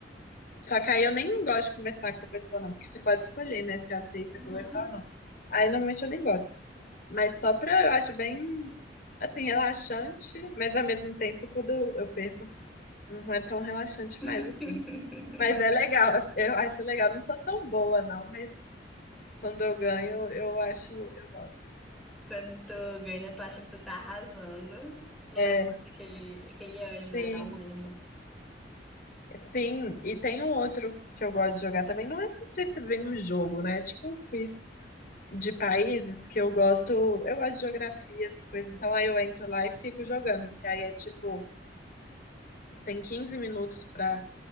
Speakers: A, on the left; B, in the centre.
A: Só que aí eu nem gosto de conversar com a pessoa, não, porque você pode escolher, né, se aceita
B: Uhum.
A: conversar ou não. Aí normalmente eu nem gosto. Mas só pra, eu acho bem, assim, relaxante, mas ao mesmo tempo, quando eu perco, eu fico- não é tão relaxante
B: <laughs>
A: mais, assim. Mas é legal, eu acho legal. Não sou tão boa, não, mas quando eu ganho, eu acho, eu gosto.
B: Quando tu ganha, tu acha que tu tá arrasando. Levanta
A: É,
B: aquele, aquele ânimo,
A: sim.
B: né? Dá um ânimo.
A: Sim, e tem um outro que eu gosto de jogar também. Não, é, não sei se vem um jogo, né? É tipo um quiz de países que eu gosto. Eu gosto de geografia, essas coisas. Então aí eu entro lá e fico jogando. Que aí é tipo, tem 15 minutos pra